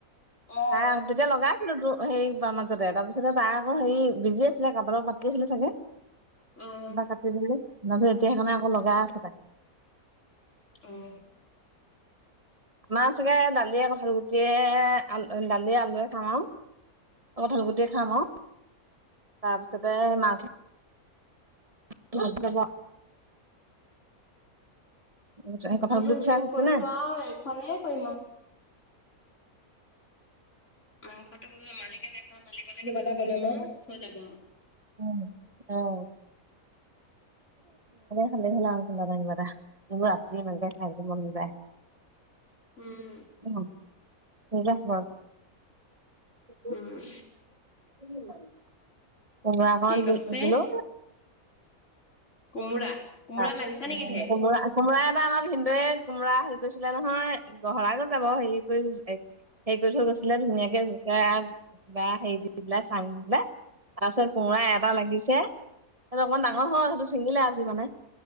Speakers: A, on the left (about 55°); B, on the right (about 25°).
A: অহ
B: তাই
A: অহ
B: তেতিয়া লগাই আছিলো তো হেৰিৰ মাজতে তাৰপিছতে তাৰ আকৌ হেৰি বিজি আছিলে কাৰোবাৰৰ লগত পাতি আছিলে চাগে
A: উম
B: কিবা কাটি দিলে তাৰপিছত এতিয়া সেইকাৰণে আকৌ লগাই আছে তাই
A: উম
B: আমাৰ চাগে দালিয়ে কঠাল গুটিয়ে দালিয়ে আলুৱে খাম আও অ কঠাল গুটিয়ে খাম আও তাৰপিছতে মাছ <unintelligible> কঁঠাল
A: মুঠতে
B: গুটি পিছা
A: জোৰ
B: হৈছে
A: কৈছো
B: নে
A: আও এখনে কৰিম আৰু মাংসটো মালিকে নাখায় মালিকলে কিবা এটা বনাম আও হৈ যাব
B: উম অহ খালেই হল সেনেকে খালে হল আও কিবা এটা কিবা এটা এইবোৰ ৰাতি ইমানকে খাই থাকিব মন নাযায়
A: উম
B: <unintelligible> কি বনালি
A: উম,
B: কোমোৰা অকন
A: কি কৈছে
B: দি দিলো
A: কোমোৰা, কোমোৰা
B: উম
A: লাগিছে নেকি ধেৰ
B: কোমোৰা কোমোৰা এটা আমাৰ ভিনদেওয়ে কোমোৰা হেৰি কৰিছিলে নহয় গহৰাই গৈছে বাৰু হেৰি কৰি হেৰি কৰি থৈ গৈছিলে ধুনীয়াকে বাঁহ কিবা হেৰি দি পেলাই চাং দি পেলাই। তাৰপিছত কোমোৰা এটা লাগিছে সেইটো অকমান ডাঙৰ হ'ল সেইটো ছিঙিলে আজি মানে।